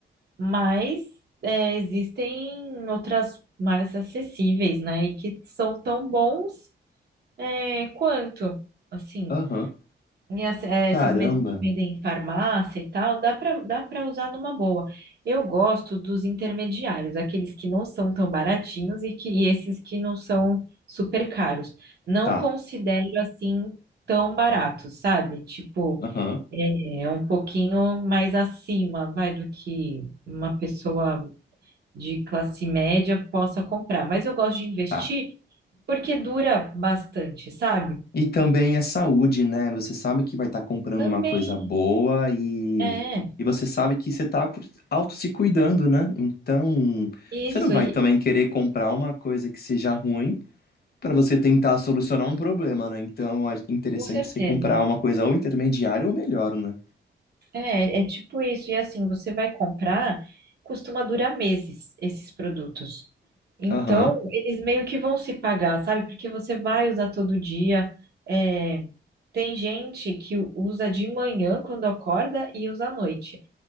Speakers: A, on the right; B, on the left.
A: mas é, existem outras mais acessíveis, né? E que são tão bons é, quanto, assim,
B: Aham.
A: e as- é,
B: Caramba.
A: esses mesmos que vendem em farmácia e tal, dá para dá para usar numa boa. Eu gosto dos intermediários, aqueles que não são tão baratinhos e que e esses que não são super caros. Não
B: Tá.
A: considero assim tão baratos, sabe? Tipo,
B: Aham.
A: é, é um pouquinho mais acima, vai, do que uma pessoa de classe média possa comprar. Mas eu gosto de investir
B: Tá.
A: porque dura bastante, sabe?
B: E também é saúde, né? Você sabe que vai estar comprando
A: Também
B: uma coisa boa e,
A: é
B: e você sabe que você tá cu- auto se cuidando, né? Então,
A: isso,
B: você não vai
A: e
B: também querer comprar uma coisa que seja ruim para você tentar solucionar um problema, né? Então, é interessante
A: com certeza.
B: você comprar uma coisa ou intermediária ou melhor, né?
A: É, é tipo isso. E assim, você vai comprar, costuma durar meses esses produtos. Então,
B: Aham.
A: eles meio que vão se pagar, sabe? Porque você vai usar todo dia. É, Tem gente que usa de manhã quando acorda e usa à noite.